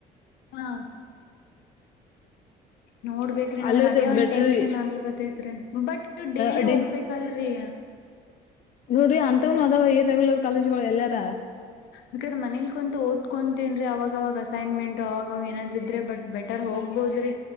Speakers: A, on the left; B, on the left.
A: ಹಾ ನೋಡ್ಬೇಕೇ್ರಿ
B: ಅಲ್ಲೇ
A: ನನ್ ಅದೇ ಒಂದ್
B: ಬೆಟ್ರಿ
A: ಟೆನ್ಷನ್ ಆಗ್ಲಿ ಗತ್ತೈತ್ರಿ ಬಟ್ ಡೇಲಿ
B: ಅಡೆ
A: ಹೋಗ್ಬೇಕಲ್ರರಿ
B: ನೋಡ್ರಿ ಅಂತವನು ಅದಾವ ಈ ರೆಗ್ಯುಲರ್ ಕಾಲೇಜ್ಗಳು ಎಲ್ಲಾರ
A: ಬಾಾದ್ರೆ ಮನೇಲಿ ಕುಂತ ಓದಕೊಂತೇನ್ರಿ ಅವಾಗವಾಗ್ ಅಸೈನ್ಮೆಂಟ್ ಅವಾಗಾಗ ಏನಾದ್ ಇದ್ರೆ ಬಟ್ ಬೆಟರ್ ಹೋಗ್ಬೋದ್ರಿ